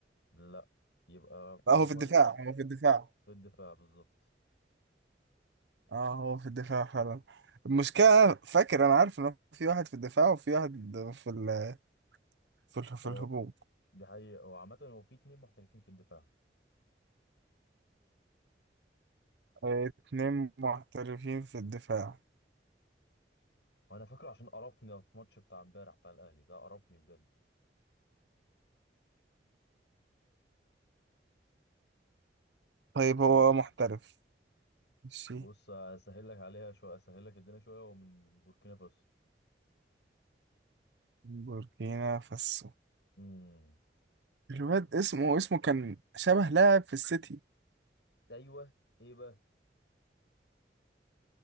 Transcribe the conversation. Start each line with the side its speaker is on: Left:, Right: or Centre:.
Left: لا يبقى فاضلك
Right: لا هو في الدفاع
Left: مركز
Right: هو في الدفاع
Left: في الدفاع بالظبط
Right: اه هو في الدفاع فعلا المشكلة أنا فاكر انا عارف ان في واحد في الدفاع وفي واحد في ال... في ال... في
Left: هو
Right: الهجوم
Left: دي حقيقة هو عامة هو في اتنين محترفين في الدفاع
Right: آه، اتنين محترفين في الدفاع
Left: وانا فاكره عشان قرفني في ماتش بتاع امبارح بتاع الاهلي ده قرفني بجد
Right: طيب
Left: حاول
Right: هو محترف ماشي
Left: بص اسهل لك عليها شويه اسهل لك الدنيا شويه ومن بوركينا فاسو
Right: بوركينا فاسو
Left: امم
Right: الواد اسمه اسمه كان شبه لاعب في السيتي
Left: ايوه ايه بقى